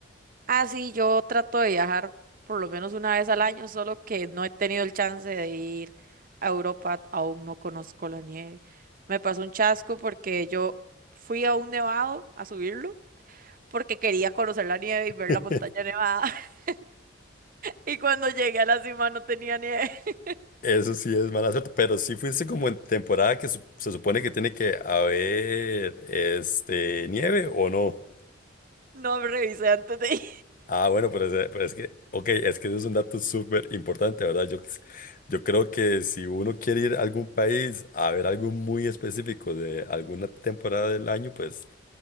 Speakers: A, on the right; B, on the left.
A: Ah, sí, yo trato de viajar por lo menos una vez al año, solo que no he tenido el chance de ir a Europa, aún no conozco la nieve. Me pasó un chasco porque yo fui a un nevado a subirlo. porque quería conocer la nieve y ver
B: <laughs>
A: la montaña nevada. <laughs> Y cuando llegué a la cima no tenía nieve. <laughs>
B: Eso sí es mala suerte, pero sí fuiste como en temporada que su- se supone que tiene que haber este nieve o no.
A: No revisé antes de ir.
B: Ah, bueno, pero, es pero es que, ok, es que eso es un dato súper importante, ¿verdad? Yo, yo creo que si uno quiere ir a algún país a ver algo muy específico de alguna temporada del año, pues